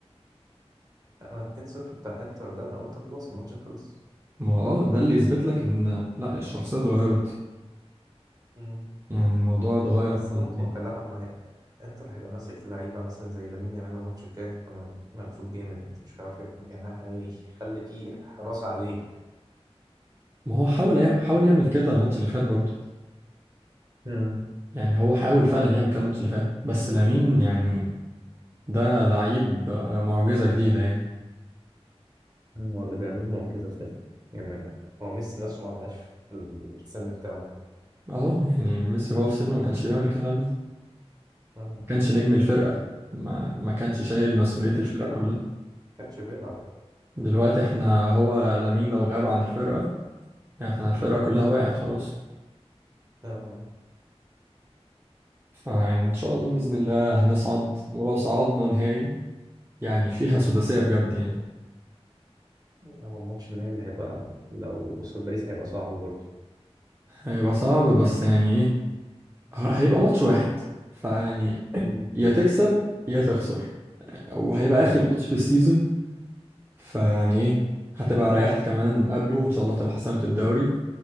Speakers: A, on the right (about 35°); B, on the right (about 20°).
A: انا 2-0 بتاع انتر ده انا قلت خلاص الماتش خلص
B: ما هو اه ده اللي يثبت لك إن لا الشخصية اتغيرت
A: مم.
B: يعني الموضوع اتغير
A: بس
B: خالص
A: انا متوقع لا ما هي انتر هيبقى ماسك لعيبه مثلا زي لامين يامال الماتش الجاي هيبقى م- ممسوك جامد مش عارف إيه. يعني هيخلي فيه حراسه عليه
B: ما هو حاول يعمل حاول يعمل كده الماتش اللي فات برضه
A: مم.
B: يعني هو حاول فعلا يعمل كده الماتش اللي فات بس لامين يعني ده لعيب آه، معجزة جديدة يعني
A: هو اللي بيعملوا معجزة بجد يعني هو ميسي نفسه ما عملهاش في السن بتاعه ده
B: اه يعني ميسي هو في سنه ما كانش بيعمل الكلام ده ما
A: آه،
B: كانش نجم الفرقة ما ما كانش شايل مسؤولية
A: ما كانش
B: الفرقة
A: بيلعب
B: كلها
A: ما كانش بيلعب
B: دلوقتي احنا هو لامين لو غاب عن الفرقة يعني احنا الفرقة كلها وقعت خلاص
A: اه
B: فيعني ان شاء الله بإذن الله هنصعد ولو صعدنا نهائي يعني فيها سداسية بجد يعني
A: هو الماتش النهائي اللي هيبقى لو قصاد باريس هيبقى صعب برضه
B: هيبقى صعب بس يعني ايه ه- هيبقى ماتش واحد فيعني
A: مم.
B: يا تكسب يا تخسر وهيبقى اخر
A: اه
B: ماتش في السيزون فيعني ايه هتبقى ريحت كمان قبله وان شاء الله هتبقى حسمت الدوري